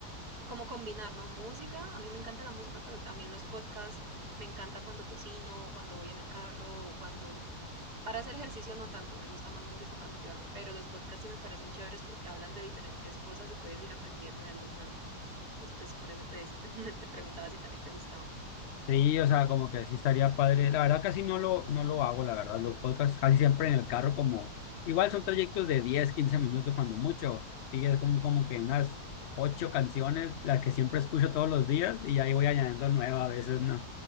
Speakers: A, on the right (about 70°); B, on the left (about 80°).
A: como combinar, ¿no? Música, a mí me encanta la música, pero también los podcasts, me encanta cuando cocino, cuando voy en el carro o cuando... Para hacer ejercicio no tanto, me gusta más música para motivarme, pero los podcasts sí me parecen chéveres porque hablan de diferentes cosas y puedes ir aprendiendo de algo nuevo. Entonces, pues por eso te, <laughs> te preguntaba si también te gustaban.
B: Sí, o sea, como que sí estaría padre. La verdad casi no lo, no lo hago, la verdad. Los podcasts casi siempre en el carro como... Igual son trayectos de diez, quince minutos cuando mucho. Y es como, como que unas ocho canciones, las que siempre escucho todos los días y ahí voy añadiendo nuevas a veces, ¿no?